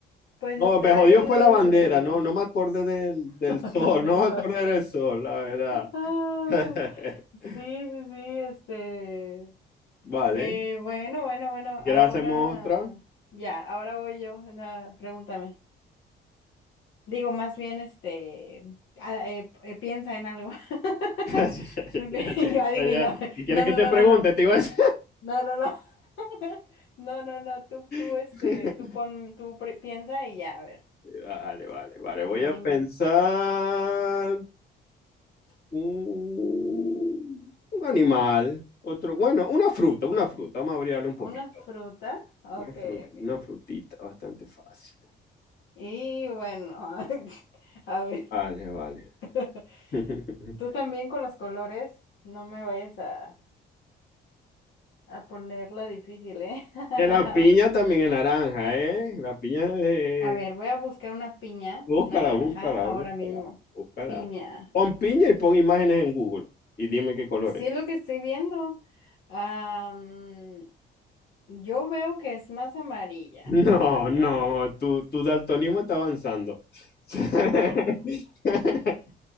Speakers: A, on the left (about 75°); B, on the left (about 55°).
A: pues
B: No,
A: está
B: me jodió
A: el...
B: fue la bandera, no, no me acordé del, del
A: <laughs>
B: sol,
A: del
B: no
A: sol.
B: me acordé del sol, la verdad.
A: Ah,
B: <laughs>
A: sí, sí, sí, este...
B: Vale,
A: Eh, bueno, bueno, bueno,
B: si quieres
A: ahora
B: hacemos otra. <laughs>
A: ya, ahora voy yo. Nada, pregúntame. Digo, más bien, este, a- eh, eh, piensa en algo. <laughs>
B: Ya, ya,
A: Yo adivino.
B: ya, ya. ¿Qué quieres
A: No,
B: que
A: no,
B: te
A: no,
B: pregunte?
A: no, no.
B: Te iba a decir.
A: No, no, no. <laughs> No, no, no. Tú, tú,
B: <laughs>
A: este, tú pon, tú pre- piensa y ya, a ver.
B: Vale, vale, vale,
A: Dime,
B: voy a
A: dime.
B: pensar un, un animal, otro, bueno, una fruta, una fruta, vamos a abrirle un poquito.
A: ¿Una fruta? Ok,
B: Una fru-
A: ok.
B: una frutita, bastante fácil.
A: Y bueno, <laughs> a ver.
B: Vale, vale.
A: <laughs>
B: <laughs>
A: Tú también con los colores, no me vayas a... A ponerla difícil, ¿eh? <laughs>
B: Que la piña también es naranja, ¿eh? La piña es...
A: A ver, voy a buscar una piña
B: Búscala,
A: naranja
B: búscala,
A: ahora
B: búscala,
A: mismo.
B: búscala.
A: Piña.
B: Pon piña y pon imágenes en Google y dime qué colores.
A: Sí es lo
B: <laughs>
A: que estoy viendo. Am, yo veo que es más amarilla,
B: No,
A: la verdad.
B: no, tu, tu daltonismo está avanzando. <laughs>